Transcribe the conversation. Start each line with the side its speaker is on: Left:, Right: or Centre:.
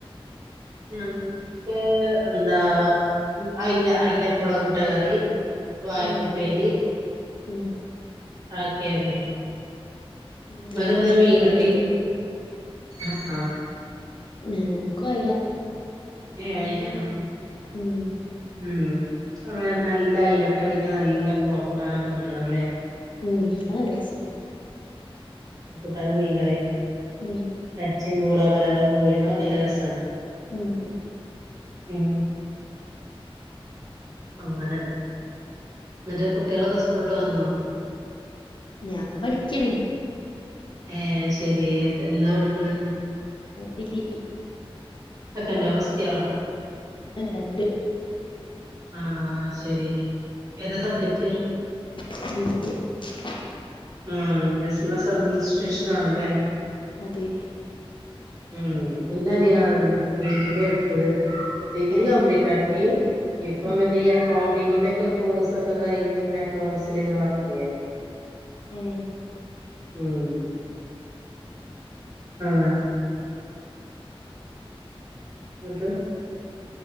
Right: ഞങ്ങ്ക്ക് എന്താ അയ്ല അയ്ല മുളകിട്ട കറി വായക്കുപ്പേരി
Left: ഉം ഉം
Right: ആക്കെയരുന്നു
Left: ഉം നല്ല
Right: വടെന്ന്
Left: രസണ്ടാവുലേ
Right: മീൻകിട്ടി ആ
Left: ഞങ്ങക്കും അയില
Right: ഏ അയിലണോ
Left: ഉം
Right: ഉം നല്ല അയ്ലക്കറിക്ക് നല്ല പുള കൂട്ടാനൊക്കെ കിട്ടണല്ലേ
Left: ഉം അത് നല്ല രസാ
Right: തൻമീങ്കറി
Left: ഉം
Right: എറച്ചീം പൂള പലവകിം പൂളീം അതൊക്ക ല്ല രസാണ്
Left: ഉം
Right: ഉം അങ്ങനെ മറ്റേ കുട്ടികളൊക്കെ സ്കൂളിട്ട് വന്നോ
Left: ഞാൻ പഠിക്കണീ
Right: ഏ അയ് ശെരി എ എന്താ പഠിക്കണ്
Left: ഡിഗ്രി
Right: സെക്കന്റോ ഫസ്റ്റ് ഇയറോ
Left: അല്ല തെഡ്
Right: ആ ശരി ഏതാ സബ്ജക്റ്റ്
Left: <unintelligible>
Right: ഉം ബിസ്നസ് അഡ്മിനിസ്ട്രേഷൻ ആണല്ലേ
Left: അതെ
Right: ഉം ന്റെ അനിയനും അതന്നെ ഡിഗ്രിയാ എടുത്തത് ഡിഗ്രി
Left: ഏഹ്
Right: കംപ്ലീറ്റാക്കി ഇപ്പ
Left: ഉം
Right: മറ്റേ ഈ അക്കൗണ്ടിങ്ങി തൊക്കെ കോഴ്സോക്കെ കഴിഞ്ഞ് ഇങ്ങനെ അകൗൺസിലിങ്ങനെ വർക്ക് ചെയ്യാ
Left: ഉം
Right: ഉം ആഹ് അല്ല ന്നട്ട്